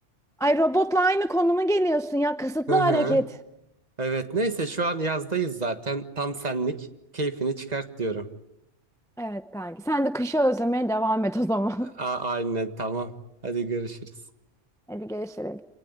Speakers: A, in the centre; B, on the right.
A: Ay robotla aynı konuma geliyorsun ya. Kısıtlı
B: Hı
A: hareket.
B: hı. Evet neyse şu an yazdayız zaten. Tam senlik. Keyfini çıkart diyorum.
A: Evet kanki. Sen de kışı özlemeye devam et o zaman.
B: A aynen tamam. Hadi görüşürüz.
A: <laughs> Hadi görüşürüz.